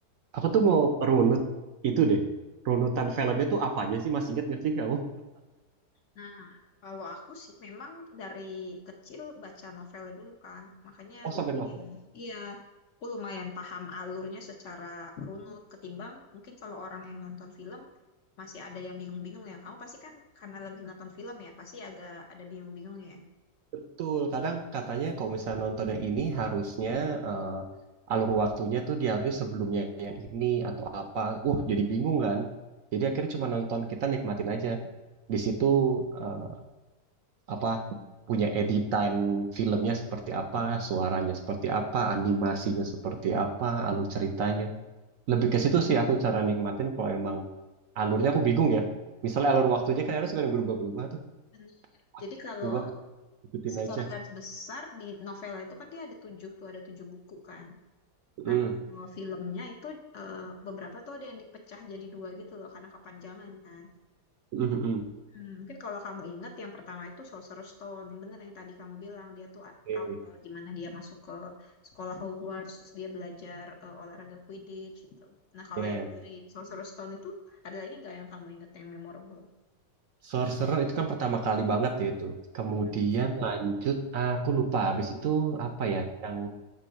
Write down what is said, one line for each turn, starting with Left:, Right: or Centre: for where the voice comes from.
Right: Aku tuh mau runut itu deh. Runutan filmnya tuh apa aja sih? Masih inget nggak sih kamu?
Left: Nah, kalau aku sih memang dari kecil baca novelnya dulu kan, makanya
Right: Oh,
Left: lumayan,
Right: sampai novel.
Left: iya, aku lumayan paham alurnya secara runut ketimbang mungkin kalau orang yang nonton film masih ada yang bingung-bingung ya. Kamu pasti kan karena lebih nonton film ya, pasti agak ada bingung-bingung ya.
Right: Betul. Kadang katanya kalau misalnya nonton yang ini harusnya eh, alur waktunya tuh dia harusnya sebelumnya yang ini atau apa. Uh jadi bingung kan? Jadi akhirnya cuma nonton kita nikmatin aja. Di situ eh, apa punya editan filmnya seperti apa, suaranya seperti apa, animasinya seperti apa, alur ceritanya lebih ke situ sih aku cara nikmatin kalau emang alurnya
Left: Hmm.
Right: aku bingung ya. Misalnya alur waktunya kan kadang suka yang berubah-berubah tuh.
Left: Benar.
Right: Wah,
Left: Jadi kalau
Right: Coba ikutin
Left: secara
Right: aja.
Left: garis besar di novel itu kan dia ada tujuh tuh ada tujuh buku kan.
Right: Mm,
Left: Nah, kalau filmnya itu eh, beberapa tuh ada yang dipecah jadi dua gitu loh karena kepanjangan kan.
Right: mm, mm. mm.
Left: Hmm, mungkin kalau kamu ingat yang pertama itu Sorcerer's Stone, yang benar yang tadi kamu bilang dia tuh a-
Right: Oke,
Left: awal gimana dia masuk ke sekolah Hogwarts, terus dia belajar eh, olahraga Quidditch gitu. Nah kalau
Right: ya.
Left: yang dari Sorcerer's Stone itu ada lagi nggak yang kamu ingat yang memorable?
Right: Sorcerer itu kan pertama kali banget ya itu. Kemudian
Left: Mm-mm.
Right: lanjut, ah, aku lupa habis itu apa ya, yang